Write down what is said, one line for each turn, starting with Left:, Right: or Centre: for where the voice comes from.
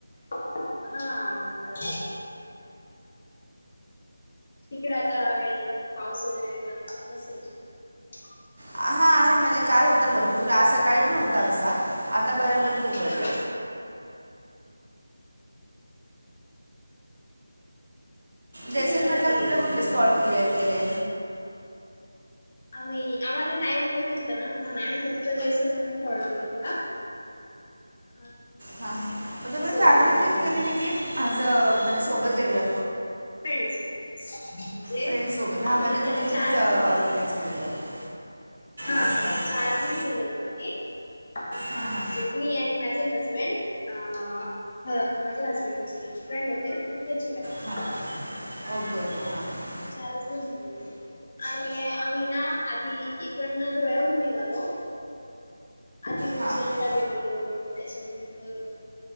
Left: हो अ हा म स तिकडे आता ह्या वेळी पाऊस वगैरे तर नसेल शक्य
Right: हा आहे म्हणजे कार होता भरपूर आज सकाळी पण होता तसा आता बऱ्यापकी उ उघडलं
Left: हा हा
Right: जैसलमेडला
Left: तुम्ही कुठे कुठे
Right: कुठले
Left: गेलेले
Right: कुठले
Left: फिरायला?
Right: स्पॉट क्लिअर केले
Left: आम्ही आम्हाला टाइम कमी होता ना म्हण आम्ही फक्त जयसून बघितला ह
Right: हा हा मग तुम्ही फॅमिली
Left: अ
Right: ट्रिप केलेली की असं म्हणजे सोबत गेलेलं
Left: फ्रेंड्स फ्रेंड्स म्हणजे
Right: फ्रेंड सोबत हां
Left: आम्ही
Right: म्हणजे तुम्ही तुमचंच
Left: चार
Right: ऑर्गनाईज
Left: जण
Right: केलेलं आहे.
Left: हा
Right: अच्छा
Left: हा
Right: ओके
Left: चार जण गेलेलो मी म्हणजे
Right: हां हां
Left: मी आणि माझे हसबड हबंड माझ्या हसबेंडचे फ्रेंड होते त्यांची बायको
Right: हां ओके ओके हां हां
Left: आम्ही चार जण गेलेलो आणि आम्ही ना आधी इकडन धोळ्याहून निघालो आधी उज्जैन
Right: हां
Left: ला गेल लोन त्याच्यानंतर